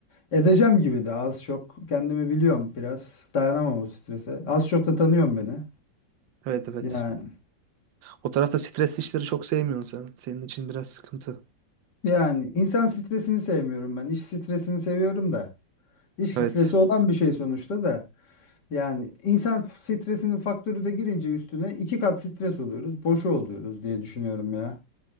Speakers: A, on the left (about 65°); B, on the right (about 80°).
A: Edeceğim gibi de az çok. Kendimi biliyorum biraz. Dayanamam o strese. Az çok da tanıyorum beni.
B: Evet evet.
A: Yani,
B: O tarafta stres işleri çok sevmiyorsun sen. Senin için biraz sıkıntı.
A: yani insan stresini sevmiyorum ben. İş stresini seviyorum da. İş stresi
B: Evet.
A: olan bir şey sonuçta da. Yani insan stresinin faktörü de girince üstüne iki kat stres oluyoruz. Boşu oluyoruz diye düşünüyorum ya.